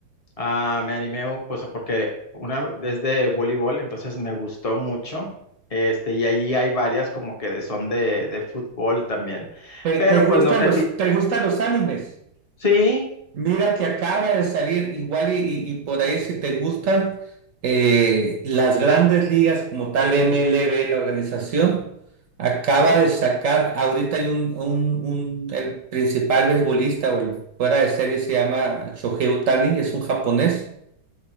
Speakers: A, on the left (about 35°); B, on the right (about 65°).
A: Ah, me animé pues porque una es de voleibol, entonces me gustó mucho. Este, y ahí hay varias como que de- son de, de fútbol también.
B: ¿Te,
A: Pero
B: te gustan
A: pues no sé
B: los,
A: si.
B: te gustan los animes?
A: Sí,
B: Mira que acaba de salir igual y, y- y por ahí si te gustan eh, las grandes ligas como tal MLB, la organización, acaba de sacar, ahorita hay un, un, un- el principal beisbolista o el fuera de serie se llama Shohei Ohtani, es un japonés